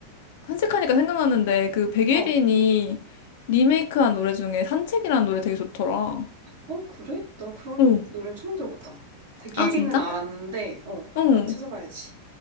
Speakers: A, on the left; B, on the right.
A: 산책하니까 생각났는데 그 백예린이
B: 어,
A: 리메이크한 노래 중에 산책이라는 노래 되게 좋더라.
B: 어, 그래? 나 그런
A: 응.
B: 노래는 처음 들어봤다. 대게리는
A: 아, 진짜?
B: 알았는데, 어,
A: 응.
B: 나 찾아봐야지.